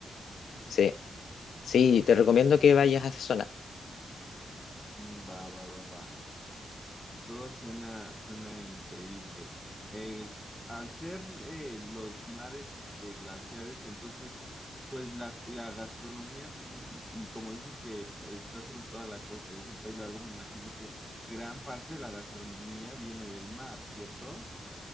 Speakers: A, on the left (about 85°); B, in the centre.
A: Sí, sí, te recomiendo que vayas a esa zona.
B: Mm, va, va, va, va. Todo suena, suena increíble. Eh, al ser eh, los mares este, glaciares, entonces, pues la, la gastronomía significa, y como dices que está sobre toda la costa y es un país largo, me imagino que gran parte de la gastronomía viene del mar, ¿cierto?